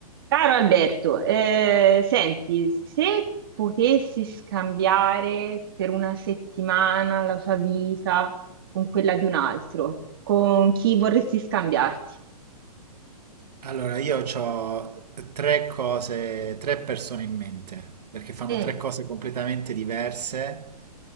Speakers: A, on the right; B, on the right.
A: Caro Alberto, eh, senti, se potessi scambiare per una settimana la tua vita con quella di un altro, con chi vorresti scambiarti?
B: Allora, io ho tre cose, tre persone in mente, perché fanno
A: Mm,
B: tre cose completamente diverse